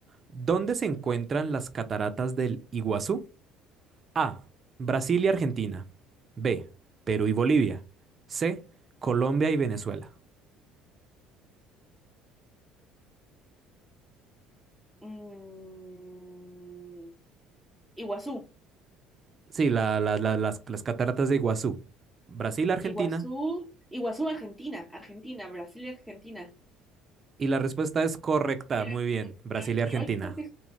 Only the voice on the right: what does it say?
¿Dónde se encuentran las cataratas del Iguazú? A. Brasil y Argentina. B. Perú y Bolivia. C. Colombia y Venezuela.
Sí, la- la- la- las, las cataratas de Iguazú. Brasil, Argentina,
Y la respuesta es correcta.
Muy bien.
Brasil
y Argentina.